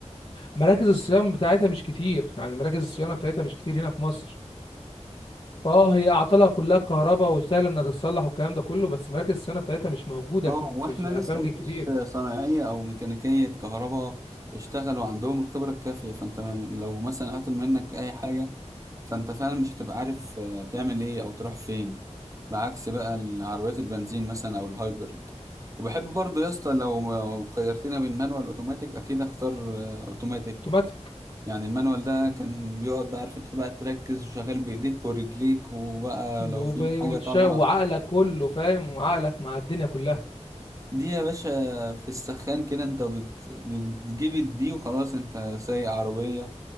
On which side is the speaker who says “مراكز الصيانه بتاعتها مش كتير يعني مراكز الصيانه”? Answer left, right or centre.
Left